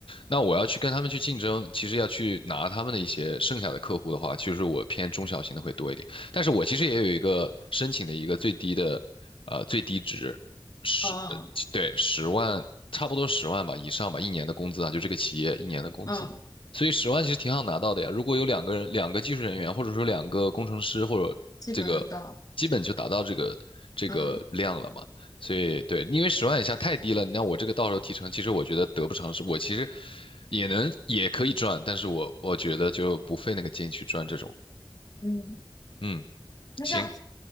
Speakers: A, on the left (about 80°); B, on the left (about 45°).
A: 那我要去跟他们去竞争，其实要去拿他们的一些剩下的客户的话，其实我偏中小型的会多一点。但是我其实也有一个申请的一个最低的呃最低值十呃对十万，
B: 哦
A: 差不多十万吧以上吧，一年的工资啊，就这个企业一年的工资。
B: 嗯，
A: 所以十万其实挺好拿到的呀。如果有两个人、两个技术人员，或者说两个工程师，或者这个，
B: 基本就到了
A: 基本就达到这个这个量了嘛。
B: 嗯
A: 所以对，因为十万以下太低了，你让我这个到时候提成，其实我觉得得不偿失。我其实也能也可以赚，但是我我觉得就不费那个劲去赚这种。
B: 嗯，
A: 嗯，
B: 那像
A: 行，